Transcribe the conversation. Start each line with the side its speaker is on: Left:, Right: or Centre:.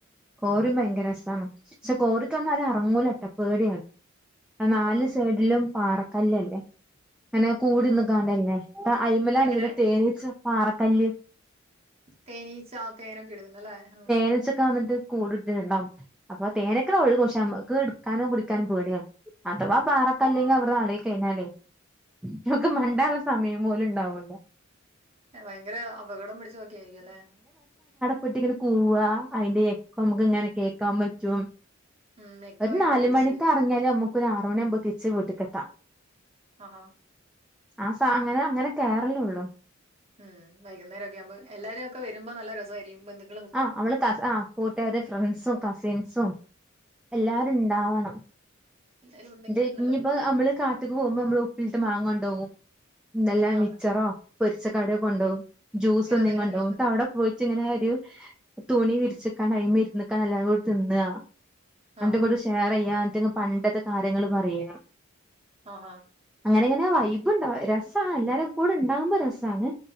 Centre: കോറിം ഭയങ്കര രസാണ് പക്ഷേ കോറിക്കമ്മാരും അറങ്ങൂലട്ടോ പേടിയാണ് ആഹ് നാല്
Right: ആഹാ.
Centre: സൈഡ്ലും പാറക്കല്ലല്ലേ ഇങ്ങനെ കൂടിന്ന്ക്കാണ്ടല്ലേ
Right: ആ
Centre: ഇപ്പ അയിമ്മലാണെങ്കിലോ
Right: എങ്ങനെ?
Centre: തേനിച്ച പാറക്കല്ല്
Right: തേനീച്ചാ <unintelligible> ഉം
Centre: തേനീച്ചക്കാ വന്ന്ട്ട് കൂട് ഇട്ട്ണ്ടാവും അപ്പൊ തേനൊക്കെനെ ഒഴുകും പക്ഷേ ഞമ്മക്ക് ഇട്ക്കാനോ കുടിക്കാനും പേടിയാ അഥവാ പാറക്കല്ലെങ്ങി അവട്ന്ന് അളകി കഴിഞ്ഞാലെ ഇന്ക്കൊക്ക മണ്ടാ
Right: ആഹാ.
Centre: ഇള്ളെ സമയം പോലുണ്ടാവൂല്ല
Right: ഏഹ് ഭയങ്കരെ അപകടം പിടിച്ചതൊക്കെ ആയിരിക്ക്യല്ലെ
Centre: കൊട്ടിങ്ങനെ കൂവാ അയിന്റെ എക്കോ ഞമ്മക്ക്ങ്ങനെ കേക്കാൻ പറ്റും
Right: ഉം. ഇക്ക
Centre: ഒരു
Right: ഭയങ്കര
Centre: നാല്
Right: തിരിച്ചു
Centre: മണിക്കറങ്ങിയാല്
Right: വരും.
Centre: അമ്മക്കൊര് ആറ് മണിയാവുമ്പോ തിരിച്ച് വീട്ട്ക്കെത്താ
Right: ആഹ് ഹാ
Centre: ആഹ് സ അങ്ങനെ അങ്ങനെ കേറലൊള്ളു
Right: ഉം വൈകുന്നേരം ഒക്കെ ആകുമ്പോ എല്ലാരും ഒക്കെ വരുമ്പോ നല്ല രസമായിരിക്കും ബന്ധുക്
Centre: ആഹ് അവള ക ആഹ് കൂട്ടുകാരും ഫ്രണ്ട്സും കസിൻസും എല്ലാരും
Right: ഉം.
Centre: ണ്ടാവണം
Right: എല്ലാരും ഉണ്ടെങ്കിൽ
Centre: ത് ഇനിയിപ്പ
Right: നല്ല ഭംഗിയായിരിക്കും.
Centre: മ്മള് കാ ഇത്തക്ക് പോകുമ്പോ നമ്മള് ഉപ്പിലിട്ട മാങ്ങാണ്ടൊക്കും ഇന്തെല്ലാം
Right: ആഹ്.
Centre: മിച്ചറോ പൊരിച്ച കടയൊക്കൊണ്ടോകും ജ്യൂസ്
Right: ഇങ്ങനെ
Centre: എന്തെകീം
Right: എന്തെങ്കിലുമൊക്കെ
Centre: കൊണ്ടോവും
Right: എടുത്തിട്ട്
Centre: ട്ടാഅവിടെ പോയിട്ടിങ്ങനെ ഒരു തുണി വിരിച്ച്ക്കാണ്ട് അയിമ്മെ ഇരുന്നക്കന്നല്ലാതെ ഓള് തിന്നാ പണ്ട്ങ്ങിട്ടു
Right: ആഹ്.
Centre: ഷെയറ്യ്യാ ഇറ്റുങ്ങ പണ്ടത്തെ കാര്യങ്ങള് പറയാ
Right: അഹ് ആഹ്
Centre: അങ്ങനെ ഇങ്ങനെ വൈബ്ണ്ട രസആ എല്ലാരും കൂടെ ഉണ്ടാവുമ്പോ രസാണ്